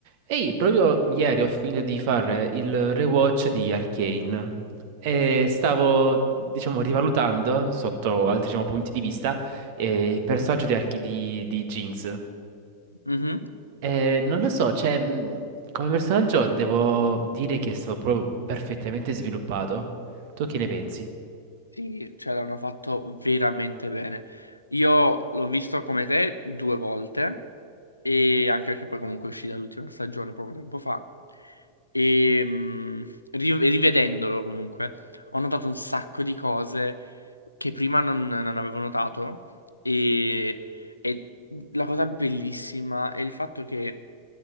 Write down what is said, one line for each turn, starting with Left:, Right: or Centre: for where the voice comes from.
Right: Ehi, proprio ieri ho finito di fare il rewatch di Arcane e stavo, diciamo, rivalutando sotto altri, diciamo, punti di vista eh, il personaggio di, Archi- di- di Jinx.
Left: Mhm.
Right: E non lo so, cioè, mh, come personaggio devo dire che è stato proprio perfettamente sviluppato. Tu che ne pensi?
Left: Sì, ce l'hanno fatto veramente bene. Io l'ho visto come te due volte, e anche perché poi comunque è uscita l'ultima stagione poco tempo fa. E mh, ri- rivedendolo comunque, ho notato un sacco di cose che prima non, non avevo notato. E, e la cosa bellissima è il fatto che.